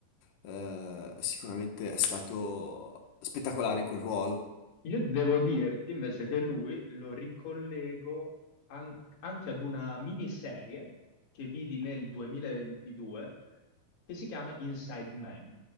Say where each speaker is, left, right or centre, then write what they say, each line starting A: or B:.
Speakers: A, on the left; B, on the left.
A: eh, sicuramente è stato spettacolare in quel ruolo.
B: Io devo dirti invece che lui lo ricollego an- anche ad una miniserie che vidi nel 2022 che si chiama Inside Man,